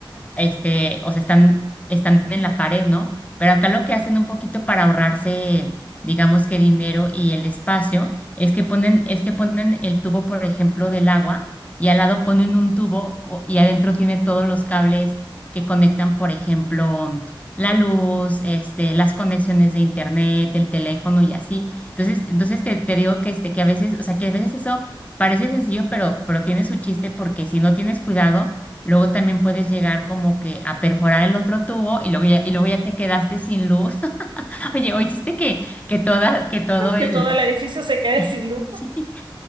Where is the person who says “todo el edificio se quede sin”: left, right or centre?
Right